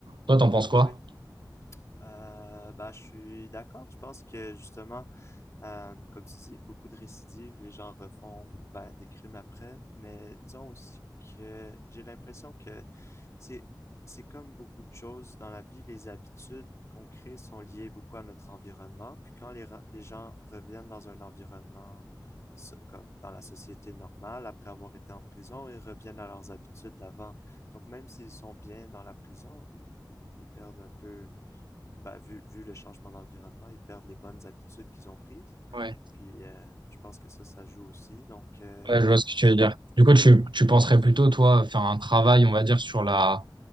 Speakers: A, on the right (about 80°); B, on the left (about 40°).
A: Toi, t'en penses
B: mhm.
A: quoi?
B: Oui, euh, bah je suis d'accord. Je pense que justement Euh, comme tu dis, beaucoup de récidives, les gens refont ben, des crimes après, mais disons aussi que j'ai l'impression que c'est c'est comme beaucoup de choses dans la vie, les habitudes qu'on crée sont liées beaucoup à notre environnement, puis quand les, les gens reviennent dans un environnement so- comme dans la société normale, après avoir été en prison, ils reviennent à leurs habitudes d'avant. Donc même s'ils sont bien dans la prison, ils, ils- ils perdent un peu, ben, vu, vu le changement d'environnement, ils perdent les bonnes habitudes qu'ils ont prises.
A: Ouais.
B: Puis euh, je pense que ça, ça joue aussi. Donc, euh,
A: Ouais, je vois ce que
B: je
A: tu
B: pense.
A: veux dire. Du coup, tu, tu penserais plutôt, toi, faire un travail, on va dire, sur la,